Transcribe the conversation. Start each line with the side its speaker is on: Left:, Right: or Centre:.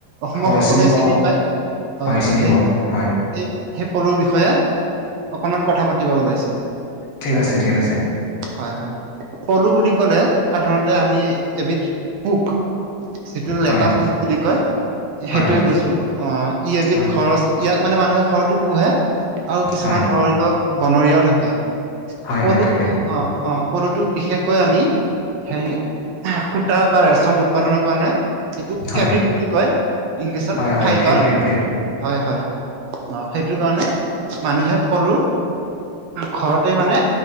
Right: অসমৰ
Left: হয়
Right: স কলোৱে
Left: পাওঁ
Right: চিনি পায়, হয় হয়
Left: চিনি
Right: সেই
Left: পাওঁ হয়
Right: এই সেই পলুৰ বিষয়ে অকনমান কথা পাতিব ওলাইছো?
Left: ঠিক আছে ঠিক আছে।
Right: হয় হয়, পলু বুলি ক'লে সাধাৰণতে আমি এবিধ পোক যিটো লেটা
Left: হয়
Right: পোক বুলি কয়।
Left: হয়
Right: সেইটোয়ে বুজো, অ ই এবিধ
Left: হয়
Right: ঘৰচি ইয়াক মানে মানুহে ঘৰটো পোহে। আৰু কিছুমান
Left: হয়
Right: ধৰি লওক বনৰীয়াও থাকে,
Left: হয়
Right: পলুটো
Left: হয় থাকে
Right: অ অ পলুটো বিশেষকৈ আমি হেৰি এহ সুতা বা ৰেচম উৎপাদনৰ কাৰণে যিটো
Left: হয়
Right: ফেব্ৰিক বুলি কয় ইংলিছত
Left: হয় হয়
Right: ফাইবাৰ
Left: ফেব্ৰিক ফেব
Right: হয় হয়। অ সেইটো কাৰণে মানুহে পলো ঘৰতে মানে